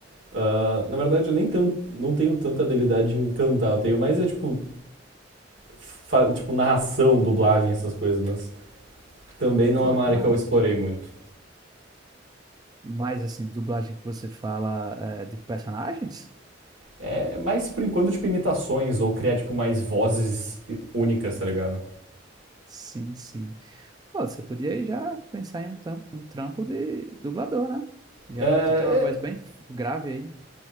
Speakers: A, on the right; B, on the right.
A: Ah, na verdade, eu nem tan- não tenho tanta habilidade em cantar. Eu tenho mais é tipo, fa- tipo narração, dublagem, essas coisas, mas também não
B: Pô,
A: é uma
B: que
A: área
B: massa.
A: que eu explorei muito.
B: Mas, assim, dublagem que você fala é, de personagens?
A: É mais por enquanto, tipo, imitações ou criar, tipo, mais vozes únicas, tá ligado?
B: Sim, sim. Pô, você podia aí já pensar em um, tam- um trampo de dublador, né? Já
A: É, é,
B: tu tem uma voz bem f- grave aí.